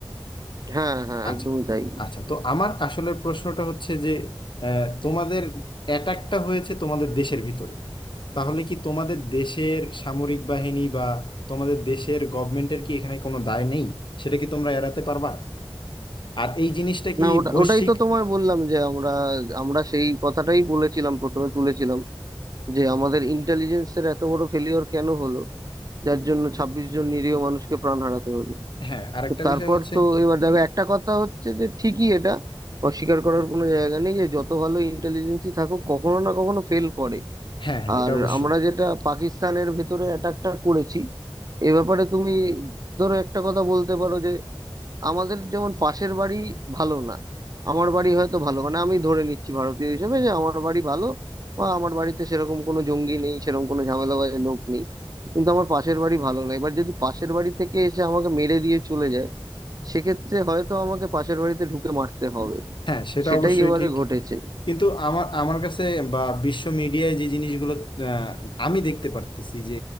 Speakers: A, on the right (about 40°); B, on the left (about 60°).
A: হ্যাঁ হ্যাঁ
B: আচ্ছা
A: একদমই তাই
B: আচ্ছা তো আমার আসলের প্রশ্নটা হচ্ছে যে আহ, তোমাদের অ্যাটাকটা হয়েছে তোমাদের দেশের ভিতরে তাহলে কি তোমাদের দেশের সামরিক বাহিনী বা তোমাদের দেশের গভর্নমেন্টের কি এখানে কোনো দায় নেই সেটা কি তোমরা এড়াতে পারবা আর এই জিনিসটা কি
A: না ওটা
B: বৈশ্বিক
A: ওটাই তো তোমায় বললাম যে আমরা আমরা সেই কথাটাই বলেছিলাম প্রথমে তুলেছিলাম যে আমাদের ইন্টেলিজেন্সের এত বড় ফেলিওর কেন হলো যার জন্য ছাব্বিশ জন নিরীহ মানুষকে প্রাণ হারাতে হলো
B: হ্যাঁ আরেকটা
A: তো তারপর
B: বিষয় হচ্ছে
A: তো এবার দেখো একটা কথা হচ্ছে যে ঠিকই এটা অস্বীকার করার কোনো জায়গা নেই যে যত ভালো ইন্টেলিজেন্সই থাকুক কখনো না কখনো ফেল করে
B: হ্যাঁ হ্যাঁ
A: আর
B: এটা অবশ্যই
A: আমরা যেটা পাকিস্তানের ভেতরে অ্যাটাকটা করেছি এ ব্যাপারে তুমি ধরো একটা কথা বলতে পারো আমাদের যেমন পাশের বাড়ি ভালো না আমার বাড়ি হয়তো ভালো মানে আমি ধরে নিচ্ছি ভারতীয় হিসেবে যে আমার বাড়ি ভালো বা আমার বাড়িতে সেরকম কোনো জঙ্গি নেই সেরকম কোনো ঝামেলাবাজ লোক নেই কিন্তু আমার পাশের বাড়ি ভালো না এবার যদি পাশের বাড়ি থেকে এসে আমাকে মেরে দিয়ে চলে যায় সেক্ষেত্রে হয়তো আমাকে পাশের বাড়িতে ঢুকে মারতে হবে
B: হ্যাঁ সেটা
A: সেটাই
B: অবশ্যই
A: এবারে
B: ঠিক
A: ঘটেছে
B: কিন্তু আমার আমার কাছে বা বিশ্ব মিডিয়ায় যে জিনিসগুলো আহ, আমি দেখতে পারতেছি যে